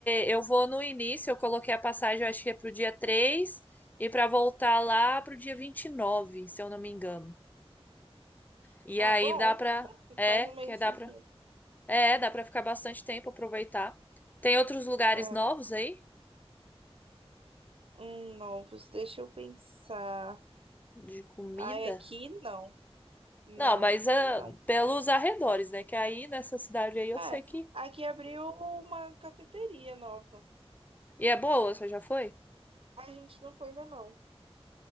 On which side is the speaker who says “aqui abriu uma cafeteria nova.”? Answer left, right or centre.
Right